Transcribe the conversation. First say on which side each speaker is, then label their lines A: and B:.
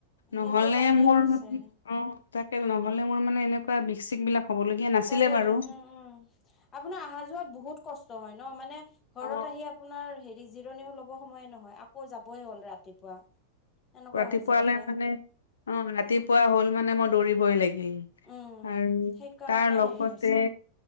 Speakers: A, on the left; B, on the left.
A: সেইটো
B: নহলে
A: কাৰণে
B: মোৰ
A: হৈছে
B: অ তাকে নহলে মোৰ মানে এনেকুৱা বিশিক বিলাক হ'বলগীয়া নাছিলে
A: তাকেইতো
B: বাৰু
A: উম উম আপোনাৰ অহা যোৱাত বহুত কষ্ট হয় ন মানে ঘৰত
B: অ
A: আহি আপোনাৰ হেৰি জিৰণি ল'ব সময়ে নহয় আকৌ যাবই হ'ল ৰাতিপুৱা এনেকুৱা
B: ৰাতিপুৱালৈ
A: হৈ যায় যে
B: মানে অ ৰাতিপুৱা হ'ল মানে মই দৌৰিবই লাগিব
A: উম,
B: আৰু
A: সেইকাৰণে
B: তাৰ লগতে
A: হেৰি হৈছে।